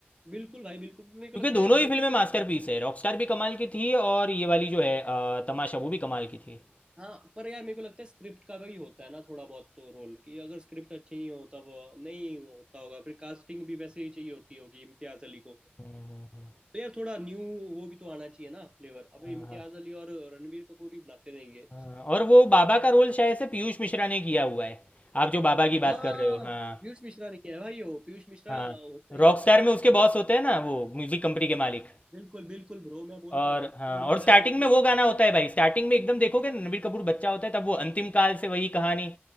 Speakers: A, on the right; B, on the left.
A: बिल्कुल भाई बिल्कुल मेरे
B: क्योंकि
A: को लगता
B: दोनों
A: है
B: ही फिल्में मास्टरपीस है रॉकस्टार भी कमाल की थी और ये वाली जो है अ, तमाशा वो भी कमाल की थी
A: हाँ पर यार मेरे को लगता है स्क्रिप्ट का भी होता है ना थोड़ा बहुत तो रोल कि अगर स्क्रिप्ट अच्छी नहीं हो तब नहीं होता होगा फिर कास्टिंग भी वैसे ही चाहिए होती होगी इम्तियाज अली को
B: हम्म, हम्म,
A: तो यार थोड़ा न्यू वो भी तो आना चाहिए ना फ्लेवर अब इम्तियाज
B: हम्म, हाँ,
A: अली और रणबीर कपूर ही बनाते रहेंगे
B: हाँ, हाँ। और वो बाबा का रोल शायद से पीयूष मिश्रा ने किया हुआ है आप जो बाबा की बात
A: हाँ
B: कर रहे हो हाँ
A: पीयूष मिश्रा ने किया है भाई वो पीयूष मिश्रा
B: हाँ
A: होता ही
B: रॉकस्टार
A: होता है
B: में उसके बॉस होते हैं ना वो म्यूजिक कंपनी के मालिक
A: बिल्कुल बिल्कुल ब्रो मैं बोल
B: और
A: तो रहा हूँ आपको
B: हाँ
A: इम्तियाज
B: और स्टार्टिंग
A: अली की
B: में वो गाना होता है भाई स्टार्टिंग में एकदम देखोगे ना, रणबीर कपूर बच्चा होता है तब वो अंतिम काल से वही कहानी